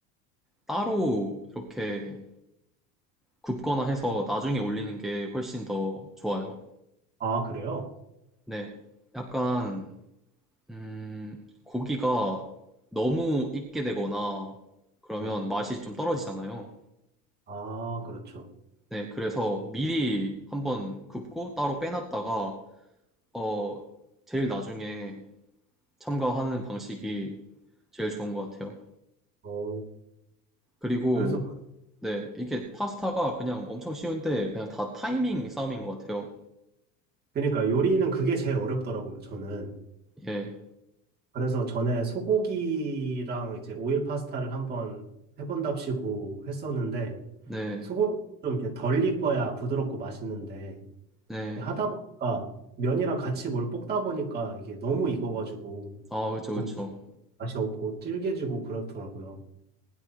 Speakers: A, in the centre; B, on the right.
A: 따로 이렇게 굽거나 해서 나중에 올리는 게 훨씬 더 좋아요.
B: 아, 그래요?
A: 네. 약간, 음, 고기가 너무 익게 되거나 그러면
B: 네,
A: 맛이 좀 떨어지잖아요.
B: 아, 그렇죠.
A: 네. 그래서 미리 한번 굽고 따로 빼놨다가, 어, 제일 나중에 첨가하는 방식이 제일 좋은 것 같아요.
B: 어,
A: 그리고,
B: 그래서,
A: 네. 이게 파스타가 그냥 엄청 쉬운데 그냥 다 타이밍 싸움인 것 같아요.
B: 그러니까 요리는 그게 제일 어렵더라고요, 저는.
A: 예.
B: 그래서 전에 소고기랑 이제 오일 파스타를 한번 해본답시고 했었는데,
A: 네.
B: 소고기 좀 이렇게 덜 익어야 부드럽고 맛있는데,
A: 네.
B: 이게 하다 보니까 면이랑 같이 뭘 볶다 보니까 이게 너무 익어가지고
A: 아, 그쵸,
B: 고기
A: 그쵸.
B: 맛이 없고 질겨지고 그렇더라고요.